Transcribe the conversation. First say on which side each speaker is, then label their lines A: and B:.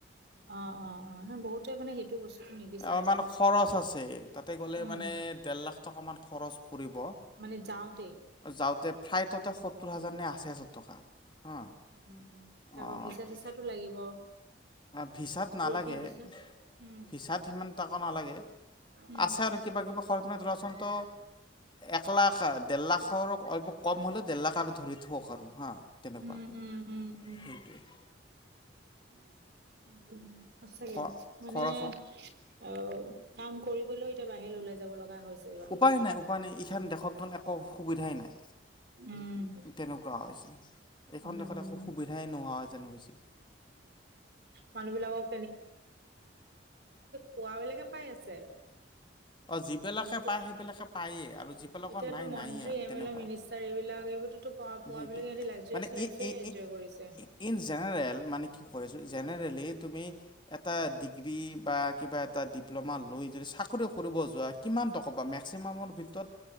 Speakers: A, on the right (about 55°); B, on the left (about 25°).
A: অ, অ, অ নহয় বহুতে মানে বস্তুটো নিবিচাৰে
B: অ' মানে
A: ন।
B: খৰচ আছে তাতে গলে
A: উম,
B: মানে দেৰ লাখ টকামান খৰচ। পৰিব
A: মানে যাওঁতেই
B: যাওঁতে ফ্লাইটটে সত্তৰ হাজাৰ নে আশী হাজাৰ টকা। হা
A: উম উম, তাৰপৰা
B: অঁ
A: ভিচা - চিচাটো লাগিব।
B: ভিছাত নালাগে
A: ৱৰ্কিং ভিছা উম
B: ভিছাত সিমান টকা নালাগে,
A: উম
B: আছে আৰু কিবা কিবি কৰি পনে ধৰাচোন তো। এক লাখ আ ডেৰ লাখৰ ঐ কম হলেও ডেৰ লাখ আৰু ধৰি থক আৰু হা, তেনেকুৱা
A: উম উম উম
B: সেইটোৱে।
A: <inaudible> উম। সঁচাকে
B: খ
A: মানে
B: খৰচ হওক
A: অ কাম কৰিবলৈও এতিয়া বাহিৰলে উলাই যাব লগা হৈছ <unintelligible>
B: উপায় নাই উপায় নাই ইখন দেশত টোন একো সুবিধাই নাই,
A: উম
B: তেনেকুৱা হৈছে। এইখন
A: উম
B: দেশত একো সুবিধাই নোহোৱা যেন হৈছে।
A: মানুহ বিলাকক পোৱাবিলাকে পায় আছে।
B: অ যিবিলাকে
A: নোপোৱা
B: পায় সেইবিলাকে পায়েই আৰু যিবিলাকৰ
A: এতিয়াতো
B: নাই
A: মন্ত্ৰী
B: নায়েই আৰু
A: এম
B: তেনেকুৱা।
A: এল এ মিনিষ্টাৰ এইবিলাক এইবোৰতো পোৱা পোৱাবিলাকে
B: সেইটোৱেই,
A: সিহঁতি লাক্সাৰিয়াছ
B: মানে
A: লাইফে
B: এই এই
A: এনজয়
B: এই
A: কৰিছে
B: ইন জেনেৰেল মানে কি কৈ আছোঁ জেনেৰেলি আমি এটা ডিগ্ৰী বা কিবা এটা ডিপ্ল'মা লৈ যদি চাকৰি কৰিব যোৱা কিমান টকা পোৱা মেক্সিমামৰ ভিতৰত।